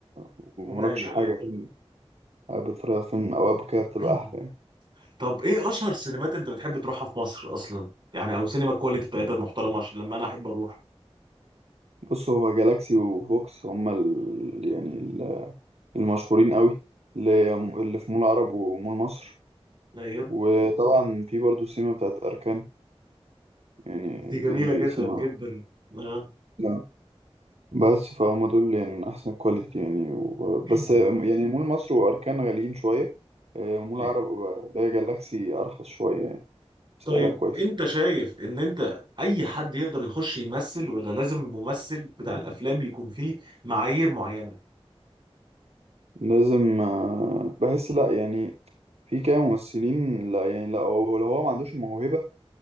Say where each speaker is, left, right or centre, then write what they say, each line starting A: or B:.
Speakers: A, on the right; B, on the right.
A: ومراكش
B: ايوه ايوه
A: حاجه فيلم قاعد بتتفرج على فيلم او اب كده بتبقى
B: <clears throat>
A: احلى يعني
B: طب ايه اشهر سينمات انت بتحب تروحها في مصر اصلا يعني او سينما الكواليتي بتاعتها محترمه عشان لما انا احب اروح
A: بص هو جالاكسي وفوكس هما ال... يعني ال- المشهورين قوي اللي اللي في مول العرب ومول مصر
B: ايوه
A: وطبعا في برضو السينما بتاعت اركان يعني
B: دي جميله
A: دي
B: جدا
A: سينما
B: جدا آه.
A: نعم. بس فهم دول يعني من أحسن كواليتي يعني و... بس
B: <clears throat>
A: يعني مول مصر وأركان غاليين شوية آه، مول
B: أيوة.
A: عرب ده جالاكسي أرخص شوية يعني سعرها
B: طيب
A: كويس
B: انت شايف ان انت اي حد يقدر يخش يمثل ولا لازم الممثل بتاع الافلام يكون فيه معايير معينه
A: لازم آه، بحس لأ يعني في كده ممثلين لأ يعني لأ هو لو هو ما عندوش الموهبة